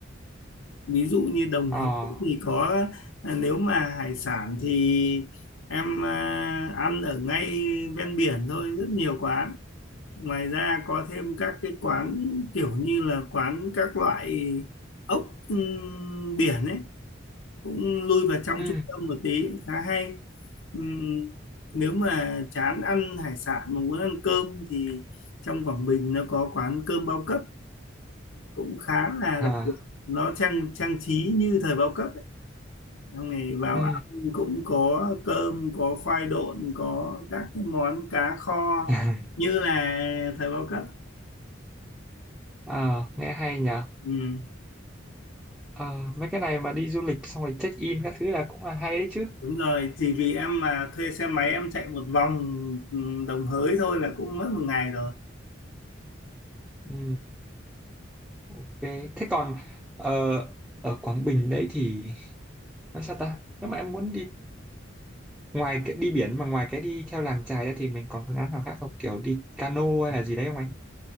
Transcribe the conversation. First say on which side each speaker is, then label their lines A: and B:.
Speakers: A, on the left (about 85°); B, in the centre.
A: Ví dụ như Đồng
B: Ờ,
A: Hới thì có à, nếu mà hải sản thì em à, ăn ở ngay ven biển thôi rất nhiều quán ngoài ra có thêm các cái quán kiểu như là quán các loại ốc ừm, biển ấy cũng lui vào trong
B: ừ,
A: trung tâm một tí cũng khá hay Ừm, nếu mà chán ăn hải sản mà muốn ăn cơm thì trong Quảng Bình nó có quán cơm bao cấp cũng khá là
B: à,
A: đặc biệt nó trang trang trí như thời bao cấp ấy. Xong Ngày vào
B: ừ,
A: ăn cũng có cơm có khoai độn có các cái món cá kho
B: <laughs>
A: như là thời bao cấp
B: ờ, nghe hay nhờ.
A: ừ.
B: Ờ, mấy cái này mà đi du lịch xong rồi check in các thứ là cũng là hay đấy chứ.
A: Đúng rồi, chỉ vì em mà thuê xe máy em chạy một vòng ừ, Đồng Hới thôi là cũng mất một ngày rồi.
B: Ừ, ok. Thế còn ờ, ở Quảng Bình đấy thì nói sao ta? Nếu mà em muốn đi ngoài cái đi biển mà ngoài cái đi theo làng chài ra thì mình còn phương án nào khác không? Kiểu đi cano hay là gì đấy không anh?